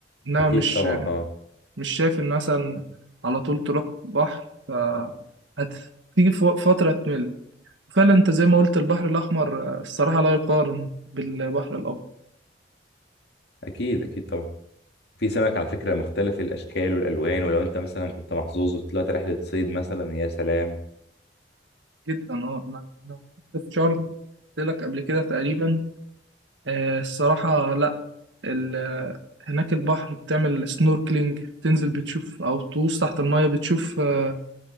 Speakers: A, on the right; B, on the left.
A: انما
B: اكيد
A: مش
B: طبعا اه
A: مش شايف ان مثلا على طول تروح بحر ف هتيجي في وق- فتره تمل فعلا انت زي ما قلت البحر الاحمر آه، الصراحه لا يقارن بالبحر الابيض
B: اكيد اكيد طبعا في سمك على فكره مختلف الاشكال والالوان ولو انت مثلا كنت محظوظ وطلعت رحله صيد مثلا يا سلام
A: جدا اه انا أنا كنت في شرم قلت لك قبل كده تقريبا آه، الصراحه لا ال- آه، هناك البحر بتعمل سنوركلينج تنزل بتشوف او تغوص تحت المايه بتشوف آه،